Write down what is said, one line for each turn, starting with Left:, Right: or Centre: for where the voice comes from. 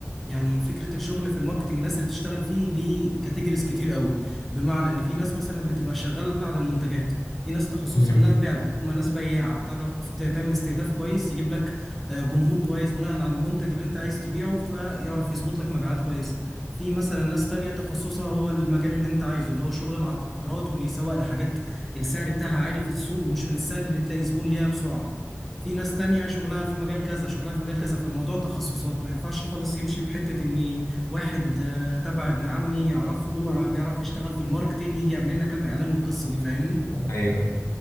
Centre: يعني فكره الشغل في الماركتنج الناس اللي بتشتغل فيه ليه كاتيجوريز كتير قوي بمعنى ان في ناس مثلا بتبقى شغاله على المنتجات في ناس تخصصها
Left: امم
Centre: انها تبيع هم ناس بياعه بتعرف ت- تعمل استهداف كويس يجيب لك آه، جمهور كويس بناء على المنتج اللي انت عايز تبيعه فيعرف يظبط لك مبيعات كويسه في مثلا ناس تانية تخصصها هو المجال اللي انت عايزه اللي هو شغل العقارات وان يسوق لحاجات السعر بتاعها عالي في السوق ومش من السهل اللي تلاقي زبون ليها بسرعة في ناس تانية شغلها في مجال كذا شغلها في مجال كذا فالموضوع تخصصات ما ينفعش خالص يمشي بحتة ان واحد آه، تبع ابن عمي يعرفه آه، بيعرف يشتغل في الماركتينج يجي يعمل لنا كام اعلان والقصة دي فاهمني
Left: ايوه ايوه